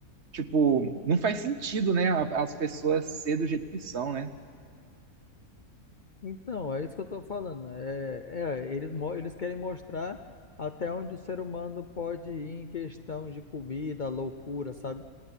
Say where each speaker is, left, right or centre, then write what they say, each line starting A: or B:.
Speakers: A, on the right; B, on the left.
A: tipo, não faz sentido, né? a- As pessoas ser do jeito que são, né?
B: Então, é isso que eu estou falando. né? É, é, eles, mo- eles querem mostrar até onde o ser humano pode ir em questão de comida, loucura, sabe?